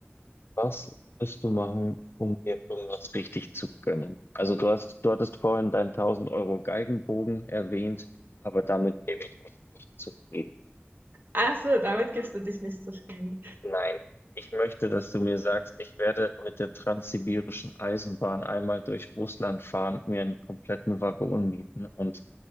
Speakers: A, on the left; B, on the right.
A: was wirst du machen, um dir irgendwas richtig zu gönnen? Also du hast, du hattest vorhin deinen 1000 Euro Geigenbogen erwähnt, aber damit gebe ich mich nicht zufrieden.
B: Ach so, damit gibst du dich nicht zufrieden.
A: Nein, ich möchte, dass du mir sagst, ich werde mit der transsibirischen Eisenbahn einmal durch Russland fahren, mir einen kompletten Waggon mieten und,